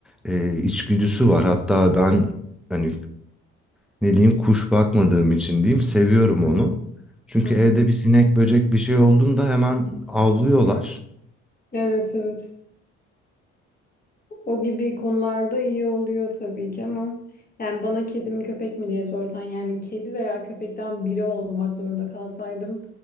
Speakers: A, in the centre; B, on the left.
A: e, içgüdüsü var. Hatta ben hani ne diyeyim kuş bakmadığım için diyeyim seviyorum
B: hı.
A: onu. Çünkü
B: Hı
A: evde bir sinek böcek bir şey olduğunda hemen avlıyorlar.
B: hı. Evet evet. O gibi konularda iyi oluyor tabii ki ama yani bana kedi mi köpek mi diye sorsan yani kedi veya köpekten biri olmak zorunda kalsaydım